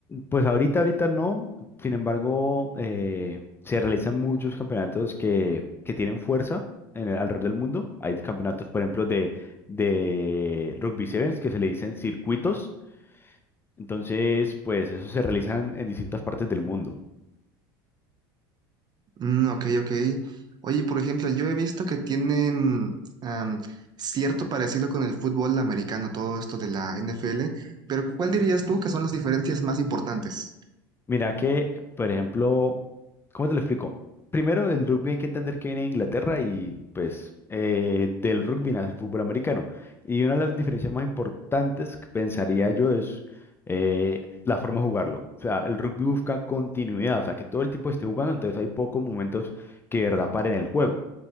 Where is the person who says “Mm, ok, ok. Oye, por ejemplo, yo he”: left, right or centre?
Right